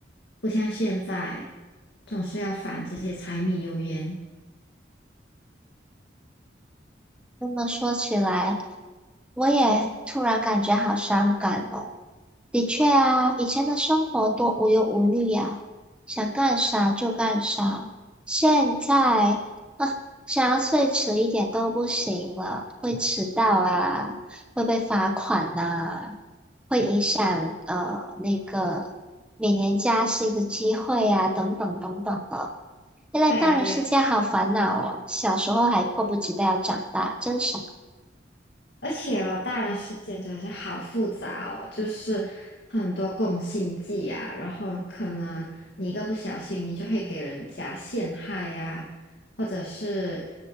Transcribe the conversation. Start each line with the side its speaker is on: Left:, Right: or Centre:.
Left: 不像现在总是要烦这些柴米油盐。
Centre: 这么说起来，我也突然感觉好伤感哦。的确啊，以前的生活多无忧无虑呀、想干啥就干啥。现在，啊，想要睡迟一点都不行了，会迟到啊，会被罚款呐、会影响呃那个每年加薪的机会呀、等等等等的。现在大人世界好烦恼哦，
Left: 对呀，对呀，
Centre: 小时候还迫不及待要长大，真傻。
Left: 而且哦，大人世界真的是好复杂哦，就是很多共性剂呀、然后可能你一个不小心，你就会给人家陷害呀、或者是